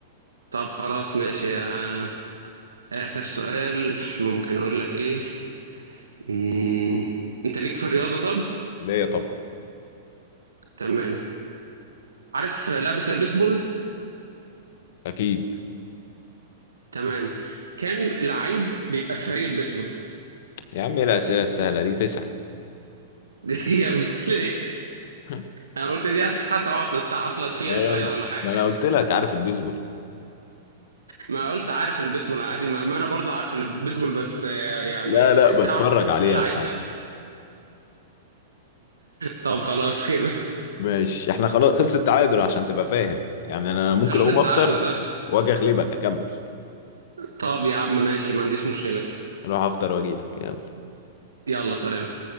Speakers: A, on the right; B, on the left.
A: طب خلاص ماشي آه، اخر سؤال ممكن اقول لك ايه مم. انت ليك في الرياضة طب
B: ليا طبعا
A: تمام عارف لعبة البيسبول
B: أكيد
A: تمام كام لعيب بيبقى في فريق البيسبول <laughs>
B: يا عم إيه الأسئلة السهلة دي تسعة
A: دي هي بت-
B: <laughs>
A: انا قلت دي هت- هتقعد تتعصلك فيها
B: أنا-
A: شوية ولا حاجة
B: ما أنا قلت لك عارف البيسبول
A: ما قلت عارف البيسبول عادي ما, ما انا برضه عارف البيسبول بس آه، يعني
B: لا لا بتفرج
A: تعرف
B: عليها
A: اللعيبه
B: ساعات
A: طب خلاص كده <laughs>
B: ماشي احنا خلاص خلص التعادل عشان تبقى فاهم يعني انا ممكن
A: خلص
B: اقوم
A: التعادل
B: افطر
A: آه.
B: واجي اغلبك اكمل
A: طب يا عم ماشي ما عنديش مشكله
B: اروح افطر واجيلك يلا
A: يلا سلام